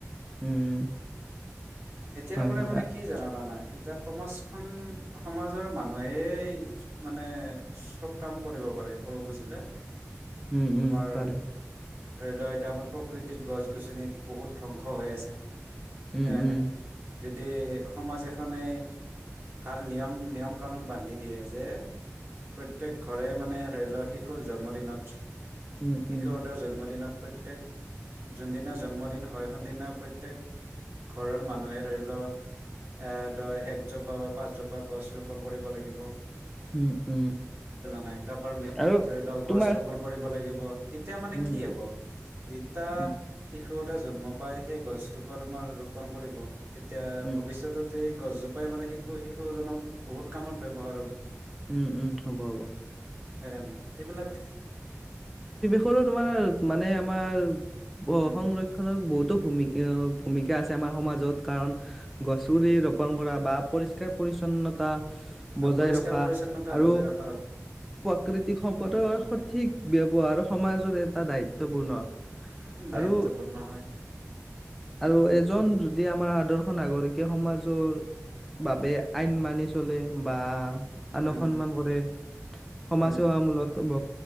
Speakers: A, in the centre; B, on the right.
A: উম,
B: এতিয়াৰ
A: হয়,
B: পৰা
A: হয়,
B: মানে কি জানানা নাই? এতিয়া সমাজখন সমাজৰ মানুহেই মানে চব কাম কৰিব পাৰে কৰো খুজিলে।।
A: উম
B: তোমাৰ
A: উম পাৰে।
B: ধৰি লও এতিয়া আমাৰ প্ৰকৃতিত গছ গছনিত বহুত ধ্বংস হৈ আছে।
A: উম
B: হয়ে
A: উম।
B: নাই যদি সমাজ এখনেই ভাল নিয়ম নিয়ম কানুন বান্ধি দিয়ে যে প্ৰত্যয়েক ঘৰে মানে ধৰি লওক শিশুৰ জন্মদিনত
A: উম,
B: শিশু
A: উম,
B: এটাৰ জন্মদিনত। প্ৰত্যেক, যোনদিনা জন্মদিন হয় সোনদিনা প্ৰত্যক ঘৰৰ মানুহে ধৰি লও এ একজোপা বা পাঁচজোপা গছ ৰোপন কৰিব লাগিব। <unintelligible>
A: উম, উম।
B: নাই কাৰোবাৰ মৃত্যুত
A: আৰু
B: ধৰি লওক
A: তোমাৰ
B: গছ ৰোপন কৰিব লাগিব। তেতিয়া মানে
A: উম
B: কি হ'ব, যেতিয়া
A: উম
B: শিশু এটা জন্ম পাই, সেই গছজোপা তোমাৰ ৰোপন কৰিব। তেতিয়া
A: উম
B: ভৱিষ্যতত তে গছজোপাই মানে শিশু শিশুজনক বহুত কামত ব্যৱহাৰ হ'ব।
A: উম উম, হ'ব হ'ব।
B: হয় না নাই? সেইবিলাক
A: সৰু তোমাৰ মানে আমাৰ বহনৰক্ষনৰ
B: উম
A: বহুত তো ভূমিকাও-ভূমিকা আছে আমাৰ সমাজত। কাৰণ গছপুলি ৰোপণ কৰা বা পৰিষ্কাৰ-পৰিচ্ছন্নতা বজাই
B: পৰিষ্কাৰ
A: ৰখা
B: পৰিচ্ছন্নতা
A: আৰু
B: বজাই ৰখাৰ
A: প্ৰাকৃতিক সম্পদ ৰ সঠিক ব্যৱহাৰ সমাজৰ এটা দা দায়িত্বপূৰ্ণ।
B: দায়িত্বপূৰ্ণ
A: আৰু
B: হয়।
A: আৰু এজন যদি আমাৰ আদৰ্শ নাগৰিকে সমাজৰ বাবে আইন মানি চলে বা আনক
B: উম
A: সন্মান কৰে, সমাজ
B: উম
A: সেৱা মূলত ব